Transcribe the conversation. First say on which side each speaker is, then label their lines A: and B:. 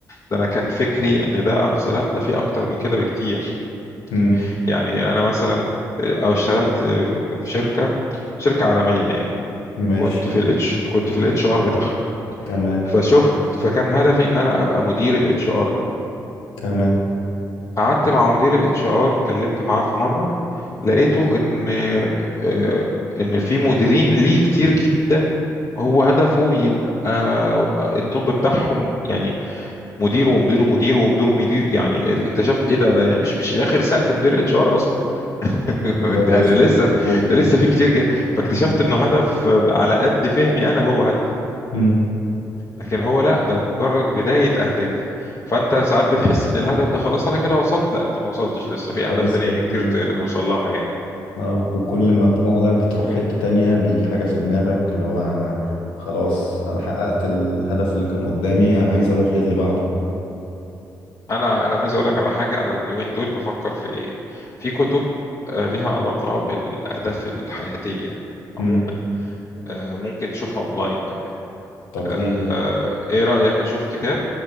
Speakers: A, on the left; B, on the left.
A: ده أنا كان فكري إن ده أقصى لا ده في أكتر من كده بكتير
B: مم.
A: يعني أنا مثلا أو اشتغلت في شركة شركة عالمية يعني
B: ماشي
A: كنت في الاتش كنت في الاتش ار بتاعها
B: تمام
A: فشفت فكان هدفي ان انا ابقى مدير الاتش ار ده
B: تمام
A: قعدت مع مدير الاتش ار كلمت معاه في مره لقيته ان آه، ان في مديرين ليه كتير جدا هو هدفه يبقى التوب بتاعهم يعني مديره ومديره ومديره ومديره ومديره يعني اللي اكتشفت ايه ده ده يعني مش مش اخر سقف مدير اتش ار اصلا <laughs>
B: مم. هو
A: يعني
B: لسه
A: لسه
B: فوق هو.
A: ده لسه في كتير جدا فاكتشفت
B: آه.
A: انه هدف على قد فهمي انا هو هدف
B: مم.
A: لكن هو لا ده مجرد بداية أهداف فأنت ساعات بتحس إن الهدف ده خلاص أنا كده وصلت لا أنت ما وصلتش لسه في أهداف
B: لسه
A: تانية كتير
B: في
A: توصل لها يعني
B: اه وكل ما بتعلى بتروح حتة تانية بيجي حاجة في دماغك اللي هو أنا خلاص أنا حققت الهدف اللي كان قدامي عايز أروح للي بعده
A: أنا أنا عايز أقول لك على حاجة أنا اليومين دول بفكر في إيه في كتب آه، ليها علاقة بالأهداف الحياتية عموما
B: مم.
A: آه، ممكن تشوفها أونلاين كمان
B: طب
A: آه،
B: إيه
A: إيه رأيك أشوف كتاب